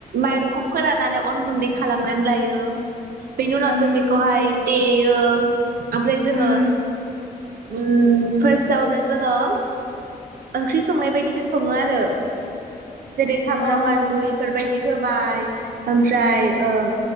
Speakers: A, on the right (about 75°); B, on the left (about 35°).
A: माइरंखौ फोराननानै अन गुन्दै खालामनानै लायो। बेनि उनाव
B: ओम
A: जों बेखौहाय देयो ओ ओमफ्राय जोङो
B: उम
A: उ फार्स्टआवनो जोङो ओंख्रि संनाय बायदिनो सङो आरो। जेरै सामब्राम
B: अ उम
A: मानलु इफोरबाय बिदि होबाय ओमफ्राय ओ